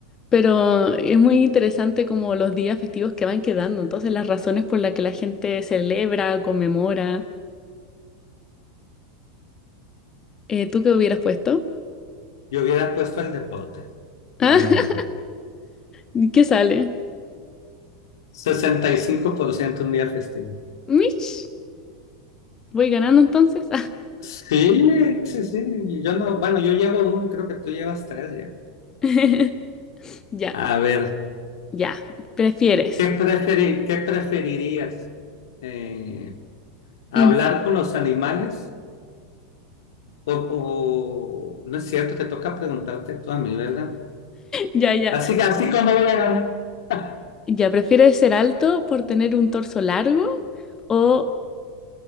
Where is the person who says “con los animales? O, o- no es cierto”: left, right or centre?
Left